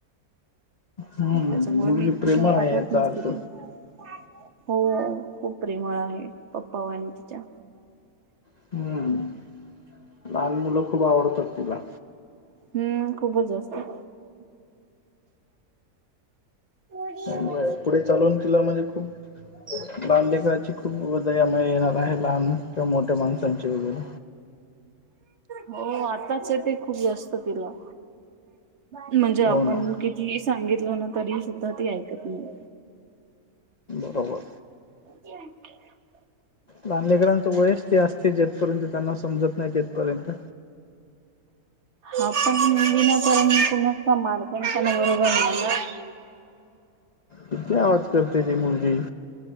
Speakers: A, on the left; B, on the right.
A: हम्म
B: त्याच्यामुळे
A: मुलगी
B: मी
A: प्रेमळ
B: कुठे
A: आहे
B: पाठवत
A: याचा
B: नसते
A: अर्थ,
B: तिला. हो खूप प्रेमळ आहे, पप्पावानि तिच्या
A: हम्म लहान मुलं खूप आवडतात तिला,
B: हम्म खूपच जास्त पुडी
A: त्यामुळे
B: उ
A: पुढे चालून तिला म्हणजे खूप लहान करायची खूप दया मायामुळे येणार आहे लहान किंवा मोठ्या माणसांचे वगैरे
B: हो आताच ते खूप जास्त तिला म्हणजे आपण
A: हो ना
B: किती सांगितलं ना तरी सुद्धा ती ऐकत नाही. हो
A: बरोबर. लानलेकरांचं वयस ते असते जथपर्यंत त्यांना समजत नाही तेथपर्यंत
B: हा पण मुली ना करण कूणाचामार पण त्या बरोबर नाही.
A: किती आवाज करते ती मुलगी,